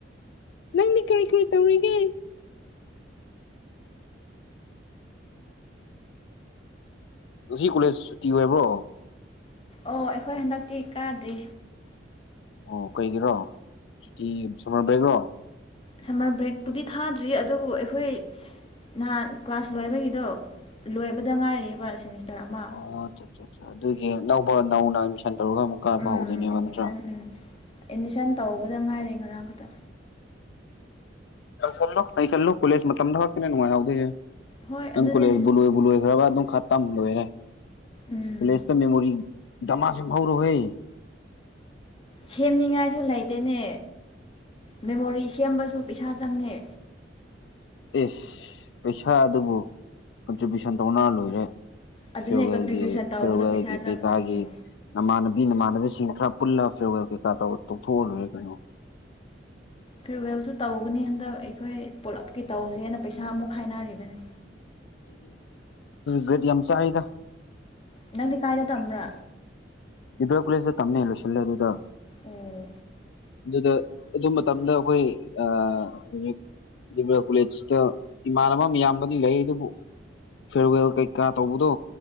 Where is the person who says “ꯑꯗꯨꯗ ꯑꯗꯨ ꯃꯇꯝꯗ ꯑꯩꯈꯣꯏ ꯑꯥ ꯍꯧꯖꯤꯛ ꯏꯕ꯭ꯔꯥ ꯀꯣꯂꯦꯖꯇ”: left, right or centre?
Left